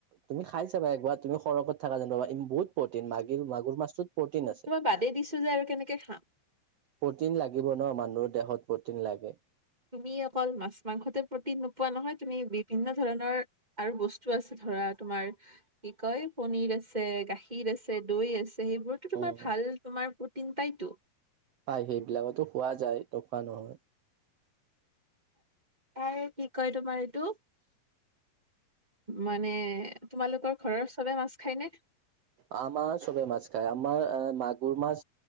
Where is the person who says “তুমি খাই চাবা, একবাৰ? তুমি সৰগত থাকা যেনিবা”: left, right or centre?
Right